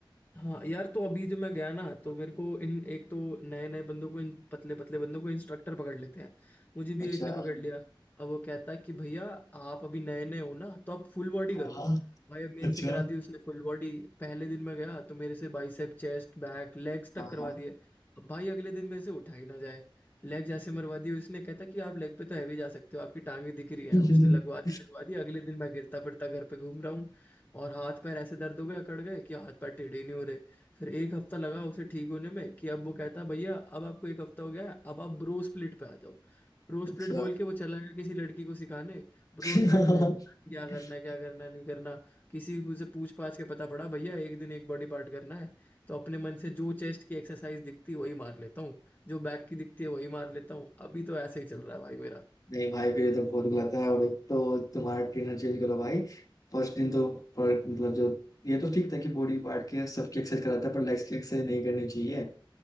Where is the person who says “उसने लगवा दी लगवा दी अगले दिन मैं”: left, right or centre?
Left